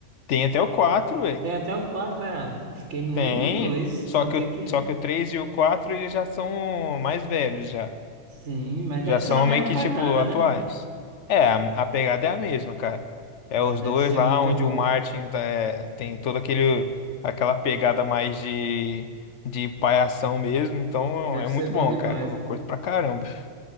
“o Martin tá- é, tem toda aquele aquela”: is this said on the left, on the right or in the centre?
Left